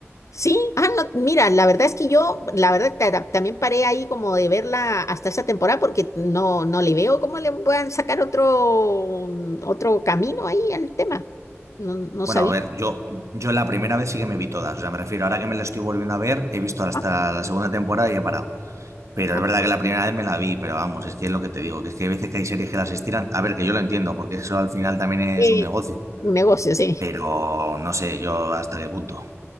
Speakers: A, on the left; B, on the right.
A: sí. Ah, no, mira, la verdad es que yo, la verdad, ta- ta- también paré ahí como de verla hasta esa temporada porque no, no le veo cómo le puedan sacar otro, mm, otro camino ahí al tema. No, no
B: Bueno,
A: sabía.
B: a ver, yo, yo la primera vez sí que me vi todas, o sea, me refiero, ahora que me la estoy volviendo a ver, he visto hasta
A: Ah,
B: la segunda temporada y he parado. Pero
A: ah,
B: es verdad que la primera vez me la vi, pero vamos, es que es lo que te digo, que es que hay veces que hay series que las estiran. A ver, que yo lo entiendo, porque eso al final también es
A: eh,
B: un negocio,
A: un negocio, sí.
B: pero no sé yo hasta qué punto.